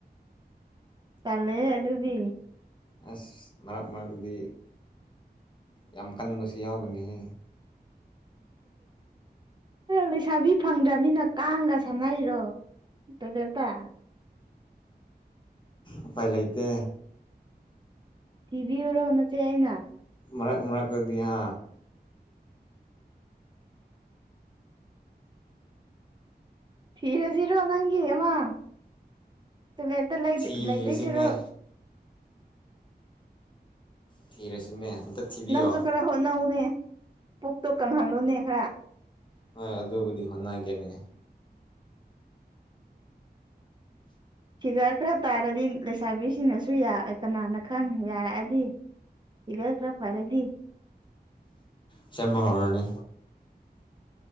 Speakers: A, on the right (about 25°); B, on the left (about 30°).
A: ꯇꯜꯂꯦ ꯑꯗꯨꯗꯤ
B: ꯑꯁ ꯃꯔꯛ ꯃꯔꯛꯇꯗꯤ ꯌꯥꯝ ꯀꯟꯕꯁꯨ ꯌꯥꯎꯕꯅꯤꯍ
A: ꯂꯩꯁꯥꯕꯤ ꯐꯪꯗ꯭ꯔꯕꯅꯤꯅ ꯀꯥꯡꯒ ꯁꯥꯟꯅꯩꯔꯣ ꯇꯣꯏꯂꯦꯠꯇ
B: ꯎꯄꯥꯌ ꯂꯩꯇꯦ
A: ꯇꯤꯚꯤ ꯑꯣꯏꯔꯣꯅ ꯆꯏꯅ
B: ꯃꯔꯥꯡ ꯃꯔꯥꯡ ꯀꯗꯗꯤꯌꯥ
A: ꯊꯤꯔꯁꯤꯔꯣ ꯅꯪꯒꯤ ꯑꯃ ꯇꯨꯂꯦꯠꯇ
B: ꯊꯤꯔꯁꯤꯅꯦ
A: ꯂꯩꯗꯣꯏꯁꯤꯔꯣ
B: ꯊꯤꯔꯁꯨꯅꯦ ꯑꯝꯇ꯫ ꯊꯤꯕꯤꯌꯣ
A: ꯅꯪꯁꯨ ꯈꯔ ꯍꯣꯠꯅꯧꯅꯦ ꯄꯨꯛꯇꯣ ꯀꯪꯍꯜꯂꯨꯅꯦ ꯈꯔ
B: ꯍꯣꯏ ꯑꯗꯨꯕꯨꯗꯤ ꯍꯣꯠꯅꯒꯦꯅꯦ
A: ꯐꯤꯒꯔ ꯈꯔ ꯇꯥꯔꯗꯤ ꯂꯩꯁꯥꯕꯤꯁꯤꯡꯅꯁꯨ ꯌꯥ ꯀꯅꯥꯅ ꯈꯪ ꯌꯥꯔꯛꯑꯗꯤ ꯏ ꯀ꯭ꯔ ꯐꯔꯦꯗꯤ
B: ꯁꯦꯝꯃꯍꯣꯔꯅꯤ